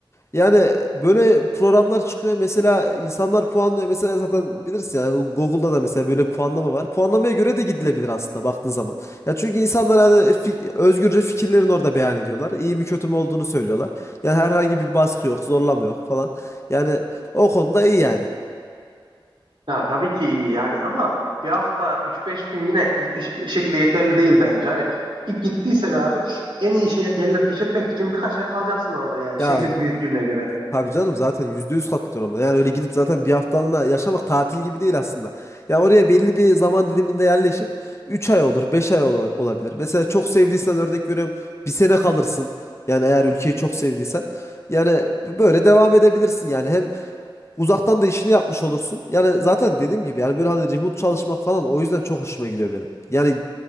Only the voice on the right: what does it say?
Ya, tabii ki iyi yani ama bir hafta üç beş gün yine hiç- hiçbir şekilde yeterli değil bence. Hani git gittiysen abi en iyi şey, yerler keşfetmek için birkaç ay kalacaksın orada yani
şehrin büyüklüğüne göre.